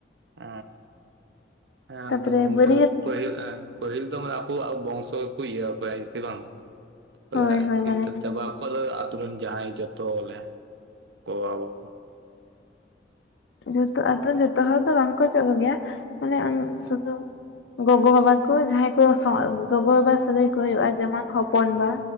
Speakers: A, on the right; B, on the left.
A: ᱚ ᱦᱮᱸ
B: ᱛᱟᱯᱚᱨᱮ
A: ᱟᱫᱚ ᱩᱱᱠᱩ
B: ᱵᱟᱹᱨᱭᱟᱹᱛ
A: ᱯᱟᱹᱦᱤᱞ ᱮᱸ ᱯᱟᱹᱦᱤᱞ ᱫᱚ ᱟᱠᱚᱣᱟᱜ ᱵᱚᱝᱥᱚ ᱠᱚ ᱤᱭᱟᱹ ᱟᱠᱚᱣᱟ ᱦᱮᱥᱮ ᱵᱟᱝ <unintelligible>
B: ᱦᱳᱭ ᱦᱳᱭ
A: <unintelligible>
B: ᱢᱟᱱᱮ
A: ᱟᱛᱳ ᱨᱮᱱ ᱡᱟᱦᱟᱸᱭ ᱡᱚᱛᱚᱞᱮ ᱜᱚᱵᱟᱵᱟ
B: ᱡᱚᱛᱚ ᱟᱛᱳ ᱨᱮᱱ ᱡᱚᱛᱚ ᱦᱚᱲ ᱫᱚ ᱵᱟᱝᱠᱚ ᱪᱮᱫ ᱠᱚᱜᱮᱭᱟ ᱢᱟᱱᱮ ᱥᱩᱫᱷᱩ ᱜᱚᱜᱚ ᱵᱟᱵᱟ ᱠᱚ ᱡᱟᱦᱟᱸᱭ ᱠᱚ ᱜᱚᱜᱚ ᱵᱟᱵᱟ ᱥᱟᱹᱜᱟᱹᱭ ᱠᱚ ᱦᱩᱭᱩᱜ-ᱟ ᱡᱮᱢᱚᱱ ᱦᱚᱯᱚᱱ ᱵᱟ᱾